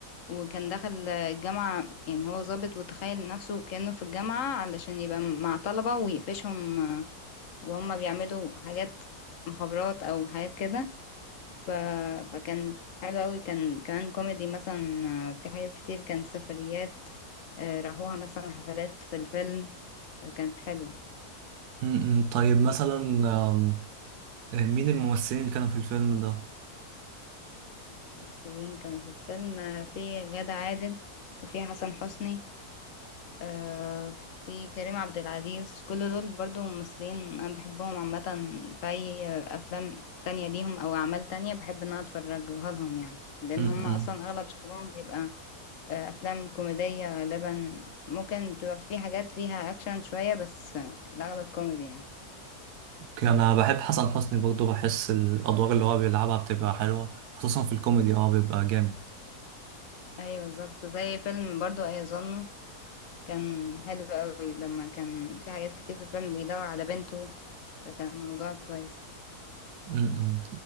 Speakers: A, on the left; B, on the right.
A: وكان دخل آه، الجامعة يعني هو ضابط وتخيل نفسه كأنه في الجامعة علشان يبقى مع طلبة ويقفشهم آه، وهم بيعملوا حاجات مخابرات أو حاجات كده ف... فكان حلو أوي كان كمان كوميدي مثلا آه، في حاجات كتير كانت سفريات آه راحوها مثلا حفلات في الفيلم فكانت حلوة
B: امم طيب مثلا آم، آه، مين الممثلين اللي كانوا في الفيلم ده
A: الممثلين كانوا في الفيلم آه، في غادة عادل وفي حسن حسني آه، في كريم عبد العزيز كل دول برضو ممثلين أنا بحبهم عامة في أي أفلام تانية ليهم أو أعمال تانية بحب إن أنا أتفرجها لهم يعني لأن
B: امم
A: هم أصلا أغلب شغلهم بيبقى آه، أفلام كوميدية غالبا ممكن تبقى في حاجات فيها أكشن شوية بس آه، الأغلب كوميدي يعني
B: انا بحب حسن حسني برضه بحس الادوار اللي هو بيلعبها بتبقى حلوة خصوصا في الكوميدي اه بيبقى جامد
A: أيوة بالظبط زي فيلم برضو أيظنه كان حلو قوي لما كان في حاجات كتير في الفيلم بيدور على بنته فكان الموضوع كويس
B: م-م.